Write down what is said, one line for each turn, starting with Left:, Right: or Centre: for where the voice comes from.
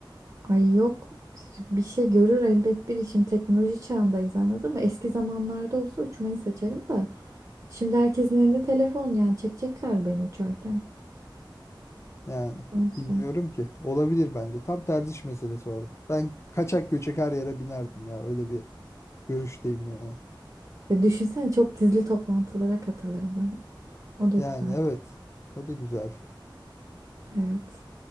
Right: Ay yok bir şey görür elbet biri. Şimdi teknoloji çağındayız anladın mı? Eski zamanlarda olsa uçmayı seçerim de. Şimdi herkesin elinde telefon yani çekecekler beni uçarken.
Left: Yani
Right: O yüzden.
Left: bilmiyorum ki. Olabilir bence. Tam tercih meselesi orada. Ben kaçak göçek her yere binerdim ya. Öyle bir görüşteyim yani.
Right: Ya düşünsene çok gizli toplantılara katılırdım. O da
Left: Yani
Right: güzel.
Left: evet. O da güzel.
Right: Evet.